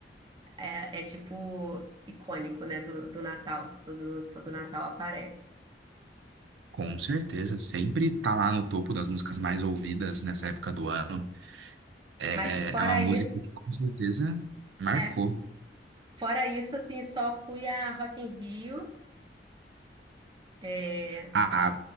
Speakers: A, on the right (about 25°); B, on the right (about 85°).
A: É, é tipo icônico, né? Do, do Natal. Todo, todo Natal aparece.
B: Com certeza, sempre tá lá no topo das músicas mais ouvidas nessa época do ano. É,
A: Mas fora
B: é uma música
A: isso,
B: que com certeza marcou.
A: é, fora isso, assim, só fui a Rock in Rio. É,
B: Ah,